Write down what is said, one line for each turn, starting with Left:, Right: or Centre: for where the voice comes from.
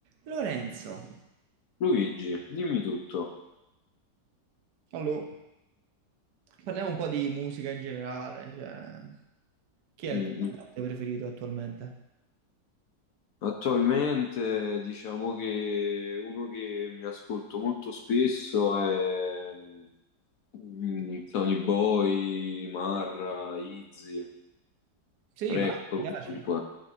Right: Lorenzo,
Left: Luigi, dimmi tutto.
Right: Allora, parliamo un po' di musica in generale, cioè, chi è
Left: Mm,
Right: il tuo
Left: mm.
Right: cantante preferito attualmente?
Left: Attualmente diciamo che uno che mi ascolto molto spesso è mm, Tony Boy, Marra, Izzy,
Right: Sì,
Left: rap
Right: Marra
Left: comunque.
Right: ti piace.